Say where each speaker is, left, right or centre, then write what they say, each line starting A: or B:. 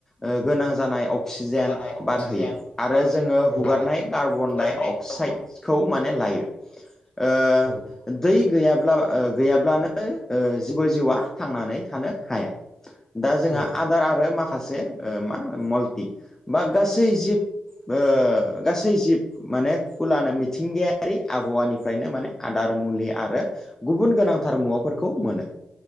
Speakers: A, on the left; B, on the left.
A: ओ गोनां जानाय अ क्सिजेन
B: जानाय अक्सिजेन
A: बार होयो आरो
B: बार
A: जोङो हुगारनाय
B: आरो
A: कार्बन
B: हगारनाय
A: डाइ अक्साइड
B: कार्बन
A: खौ माने लायो ओ
B: औ
A: दै गैयाब्ला ओ गैयाब्लानो ओ जेबो जिउआ थांनानै थानो हाया दा जोंहा
B: औ
A: आफा दार आरो माखासे ओ मा मल्टि बा गासै जिब बोओ गासै जिब माने खुलानो मिथिंगायारि आबहावानिफ्रायनो माने आदार मुलि आरो गुबुन गोनांथार मुवाफोरखौ मोनो।